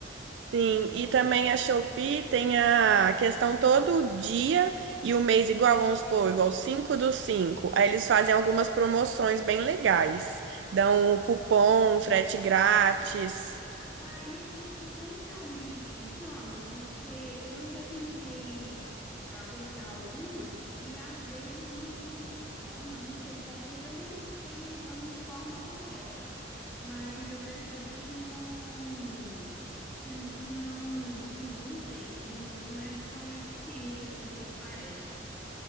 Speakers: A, on the right; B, in the centre.
A: Sim, e também a Shopee tem a questão todo dia e o mês igual, vamos supor, igual 5 do cinco Aí eles fazem algumas promoções bem legais. Dão um cupom, frete grátis.
B: Ah, e esses cupons realmente funcionam? Porque eu já tentei ah, usar alguns e às vezes não, não funciona. Eu Não sei, talvez eu não esteja usando de forma correta, mas eu percebo que não, que, que não, que não sei, não, não é tão eficiente assim quanto parece.